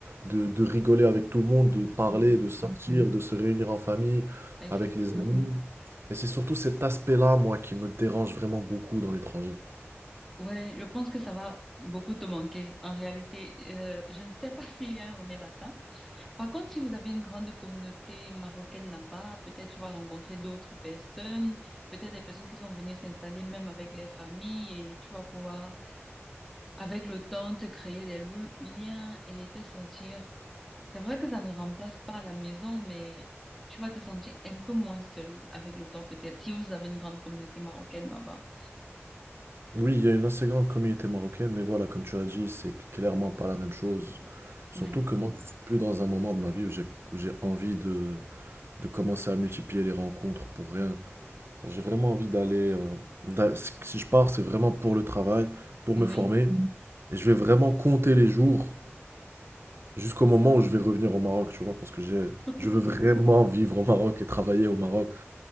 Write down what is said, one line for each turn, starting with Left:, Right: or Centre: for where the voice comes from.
Right: de, de rigoler avec tout le monde, de parler,
Centre: Oui. Oui.
Right: de sortir, de se réunir en famille,
Centre: Exactement.
Right: avec les amis. Et c'est surtout cet aspect-là, moi, qui me dérange vraiment beaucoup dans l'étranger.
Centre: Ouais, je pense que ça va beaucoup te manquer. En réalité, euh, je ne sais pas <laughs> s'il y a un remède à ça. Par contre, si vous avez une grande communauté marocaine là-bas, peut-être tu vas rencontrer d'autres personnes, peut-être des personnes qui sont venues s'installer même avec les familles et tu vas pouvoir, avec le temps, te créer des lo- liens et te sentir. C'est vrai que ça ne remplace pas la maison, mais tu vas te sentir un peu moins seul avec le temps, peut-être, si vous avez une grande communauté marocaine là-bas.
Right: Oui, il y a une assez grande communauté marocaine, mais voilà, comme tu as dit, c'est clairement pas la même chose. Surtout
Centre: Oui.
Right: que moi, je suis plus dans un moment de ma vie où j'ai où j'ai envie de de commencer à multiplier les rencontres pour rien. J'ai vraiment envie d'aller. euh, d'a- si si je pars, c'est vraiment pour le travail, pour
Centre: Oui.
Right: me former. Et je vais vraiment compter les jours jusqu'au moment où je vais revenir au Maroc, tu vois, parce que j'ai,
Centre: <laughs>
Right: je veux vraiment vivre au Maroc et travailler au Maroc.